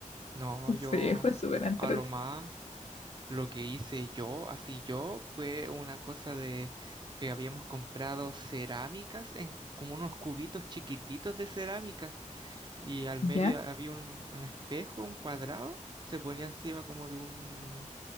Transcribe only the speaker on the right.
No,
yo
a lo más lo que hice yo, así yo, fue una cosa de que habíamos comprado cerámicas en como unos cubitos chiquititos de cerámica y al
medio había un, un espejo, un cuadrado, se ponía encima como de un